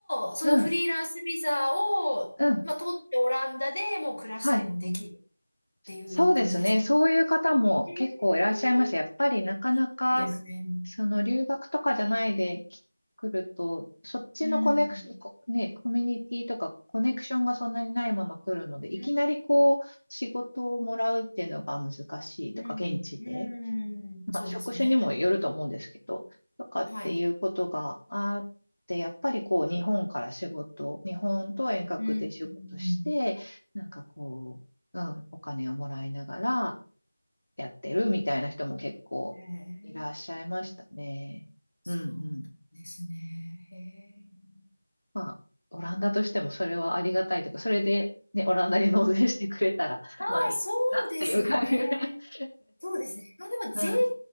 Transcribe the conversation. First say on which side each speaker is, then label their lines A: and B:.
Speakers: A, on the left; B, on the left.
A: も、そのフリーランスビザを、
B: うん、うん。
A: まあ、取ってオランダでもう暮らしたりもできるっ
B: はい。
A: ていう感じですか。
B: そうですね。そういう方も結構いらっしゃいます。
A: えー、
B: やっぱりなかなか、
A: ですね。
B: その留学とかじゃないでき来ると、そっちのコネクション、
A: うん。
B: こね、コミュニティとかコネクションがそんなにないまま来るので、いきなりこう、
A: うん。
B: 仕事をもらうっていうのが難しいとか、
A: うん。
B: 現地で
A: うん。そうですね。
B: 職種にもよると思うんですけど、とかっていうことがあって、
A: はい。
B: やっぱりこう日本から仕事、日本と遠隔で仕事して、
A: うん。うん
B: なんかこう、うん、お金をもらいながらやってるみたいな人も結構いらっしゃいましたね。
A: ええ、そうなんですね。
B: うんうん。
A: へえ。
B: まあ、オランダとしてもそれはありがたいとか、それでね、オランダに納税してくれたら、
A: ああ、
B: まあいいなっていう感じ。
A: そうですね。
B: <laughs>
A: そうですね。まあでも税金は
B: うん。